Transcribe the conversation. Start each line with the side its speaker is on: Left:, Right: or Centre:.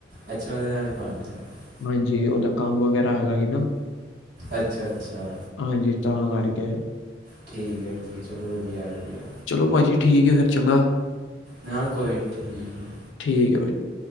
Right: ਅੱਛਾ ਉਹਦੇ ਨਾਲ ਹੀ ਬਣ ਰਿਹਾ
Left: ਹਾਂਜੀ। ਓਦਾ ਕੰਮ ਵਗੈਰਾ ਹੈਗਾ ਹੀ ਨਾ।
Right: ਅੱਛਾ- ਅੱਛਾ।
Left: ਹਾਂਜੀ। ਤਾਂ ਕਰਕੇ।
Right: ਠੀਕ ਐ ਠੀਕ ਐ। ਚਲੋ ਵਦੀਐ ਵਦੀਐ।
Left: ਚਲੋ ਭਾਜੀ ਠੀਕ ਏ ਫੇਰ ਚੰਗਾ,
Right: ਨਾ ਕੋਈ ਨੀ, ਠੀਕ ਹੈ
Left: ਠੀਕ ਐ ਬਈ।